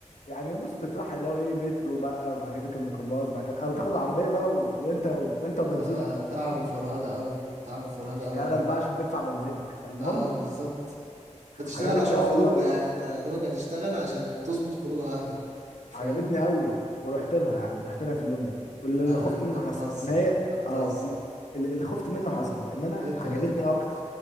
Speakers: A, on the left; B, on the right.
A: يعني بص تتراح اللي هو ايه مترو بقى وبعد كده تركب ميكروباص بعد كده او تاخد العربيه بقى و... وانت وانت وبنزينك
B: ده
A: بقى فاهمني
B: تعب وفرهدة قوي تعب وفرهدة
A: تشتغل
B: قوي يا راجل
A: بقى عشان تدفع بنزينك فالمهم
B: اه بالظبط انت تشتغل
A: عجبتني
B: عشان
A: قوي
B: خروجه
A: والله
B: يعني انت يا دوبك هتشتغل عشان تظبط خروجه واحده فاهم
A: عجبتني قوي ورحت لها يا عم رحت لها في اليوم ده واللي
B: لا
A: اللي
B: لا
A: خفت
B: انت
A: منه
B: بتهزر
A: حصل ان هي
B: انت بتهزر
A: اه اللي اللي خفت منه حصل بقى ان انا
B: ايه طيب
A: عجبتني اكتر